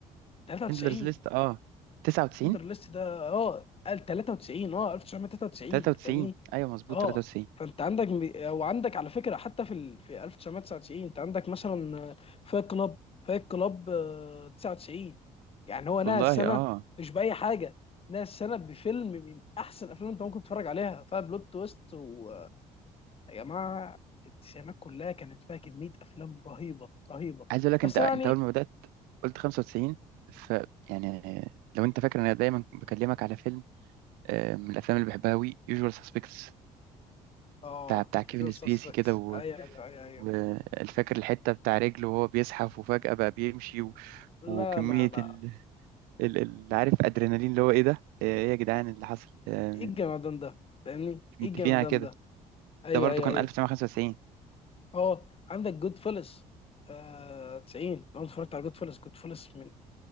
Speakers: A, on the left; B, on the right.
A: 93
B: سندلرز ليست اه 99
A: تندر ليست ده اه قال 93 اه 1993
B: 93
A: فاهمني
B: ايوه مظبوط
A: اه
B: 93
A: فانت عندك م- وعندك على فكره حتى في ال... في 1999 انت عندك مثلا فايت كلاب فايت كلاب آه، 99 يعني هو نهى
B: والله
A: السنه
B: اه
A: مش باي حاجه نهى السنه بفيلم من احسن الافلام انت ممكن تتفرج عليها فيها بلوت تويست ويا جماعه التسعينات كلها كانت فيها كميه افلام رهيبه رهيبه
B: عايز اقول لك
A: بس
B: انت انت
A: يعني
B: اول ما بدات قلت 95 ف يعني لو انت فاكر انا دايما بكلمك على فيلم آه، من الافلام اللي بحبها قوي يوجوال سسبكتس
A: اه
B: بتاع بتاع كيفن
A: جور سسبكس
B: سبيسي كده و-
A: ايوه ايوه ايوه
B: والفاكر الحته بتاع رجله وهو بيزحف وفجاه بقى بيمشي و...
A: لا
B: وكميه
A: لا لا
B: ال... ال... ال... عارف ادرينالين اللي هو ايه ده آه، ايه يا جدعان اللي حصل آه،
A: ايه الجمدان ده فاهمني
B: مش
A: ايه
B: متفقين
A: الجمدان
B: على كده
A: ده ايوه
B: ده برضو
A: ايوه
B: كان
A: ايوه
B: 1995
A: اه عندك جود فلس آه 90 لو أنا اتفرجت على جود فلس جود فلس من